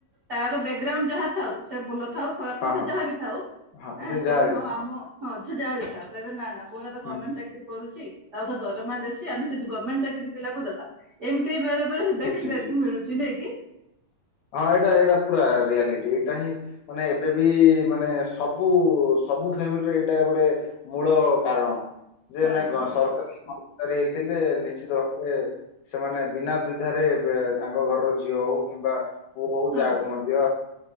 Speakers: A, on the right; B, on the left.
A: ତାର ବ୍ୟାଗ୍ରାଉଣ୍ଡ ଯାହା ଥାଉ ସେ ଭଲ ଥାଉ ଖରା
B: ହଁ
A: ଥାଉ ସେ
B: ହଁ
A: ଯାହା ବି ଥାଉଁ
B: ହଁ
A: ଆଁ
B: ସେ
A: କହିବେ
B: ଯାହା ବି
A: ହଁ
B: ଥାଉ
A: ଆମ ହଁ ଝିଅ ଯାହା ବି ଥାଉ କହିବେ ନା ନା ପୁଆଟା ତ ଗମେଣ୍ଟ
B: ହୁଁ
A: ଚାକିରି କରୁଛି ତାର ତ ଦରମା ବେସି ଆମେ ସେ ଗମେଣ୍ଟ ଚାକିର ପିଲାକୁ ଦେବା। ଏମିତି ବେଳେ ବେଳେ ସେ
B: ଠିକ୍
A: ଦେଖିବାକୁ
B: ଠିକ୍ ଠିକ୍।
A: ମିଳୁଛି ନାଇଁ କି?
B: ହଁ ଏଇଟା ଏଇଟା ପୁରା ରିଆଲିଟି ଏଇଟା ହିଁ ମାନେ ଏବେ ବି ମାନେ ସବୁ। ସବୁ ଫ୍ୟାମିଲିରେ ଏଇଟା ଗୋଟେ ମୂଳ କାରଣ ଯେ
A: କାରଣ
B: ନାଇଁ ଗ
A: ହଁ
B: ସର କାରେ ହେଇଥିଲେ ନିଶ୍ଚିତ ଭାବରେ। ସେମାନେ ବିନା ବିଧାରେ ଏ ତାଙ୍କ ଘରର ଝିଅ ହଉ କିମ୍ବା। ପୁଅ ହଉ
A: ହଁ
B: ଯାହାକୁ ମଧ୍ୟ